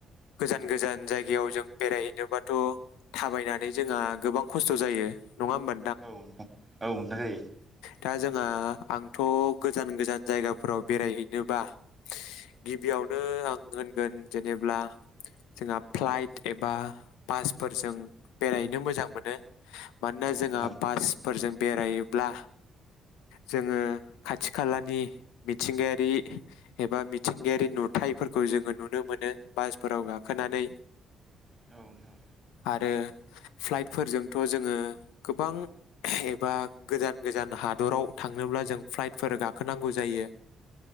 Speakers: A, on the left; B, on the right.
A: गोजान गोजान जाय गायाव जों बेरायहैनोबाथ' थाबायनानै जोङा गोबां खस्थ' जायो। नङा होमबा
B: औ नोंथां औ नोंथां जायो।
A: दा जोङा आंथ' गोजान गोजान जायगाफोराव बेरायहैनोबा गिबियावनो आं होनगोन जेनेब्ला जोंहा फ्लाइट एबा बासफोरजों बेरायहैनो मोजां मोनो मानोना
B: औ नोंथां
A: जोंहा बासफोरजों बेरायोब्ला जोङो खाथि खालानि मिथिंगायारि एबा मिथिंगायारि नुथायाइफोरखौ जोङो नुनो मोनो बासफोराव गाखोनानै
B: औ नोंथां।
A: आरो फ्लाइटफोरजोंथ' जोङो गोबां एबा गोजान गोजान हादराव थांनोब्ला जों फ्लाइटफोर गाखोनांगौ जायो